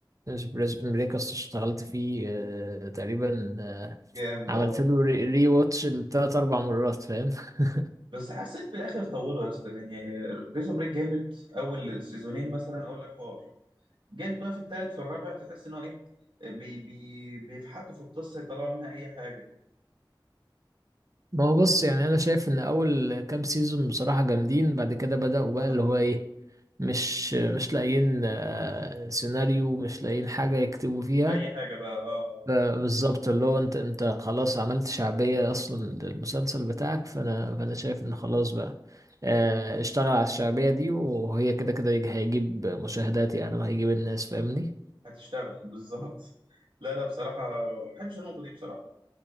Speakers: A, on the right; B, on the right.
A: بريزون بريك اشتغلت فيه آه، تقريبا آه،
B: جامد
A: عملت
B: اه
A: له ري واتش لتلات اربع مرات فاهم <laughs>
B: بس حسيت في الاخر طولوا يا اسطى يعني بريزون بريك جامد اول سيزونين مثلا اقول لك حوار جيت بقى في التالت في الرابع تحس ان هو ايه بي بي بيفحطوا في القصه يطلعوا منها اي حاجه
A: ما هو بص يعني انا شايف ان اول كام سيزون بصراحة جامدين بعد كده بدأوا
B: بالظبط
A: بقى اللي هو ايه مش مش لاقيين آه، سيناريو مش لاقيين حاجة يكتبوا فيها
B: اي حاجه بقى اه آه.
A: ف- بالظبط اللي هو انت انت خلاص عملت شعبية اصلا للمسلسل بتاعك فانا فانا شايف ان خلاص بقى آه، اشتغل على الشعبية دي وهي كده كده يج- هيجيب مشاهدات يعني وهيجيب الناس فاهمني
B: هتشتغل <laughs> بالظبط لا لا بصراحة ما بحبش النقطة دي بصراحة